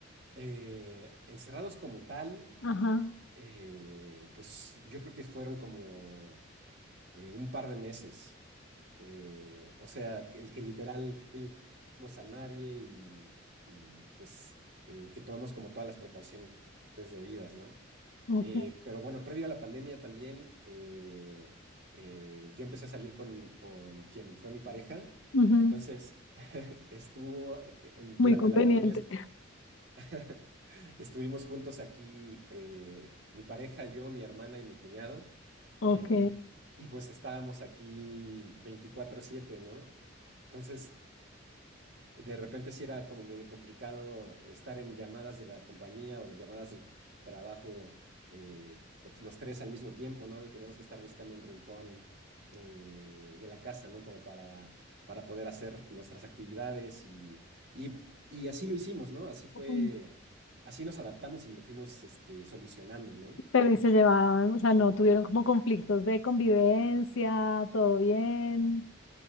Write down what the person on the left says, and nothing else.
Ajá.
Ok,
ujú,
Muy
conveniente.
Ok.
ujú.
Pero y se llevaban, o sea, no tuvieron como conflictos de convivencia, todo bien.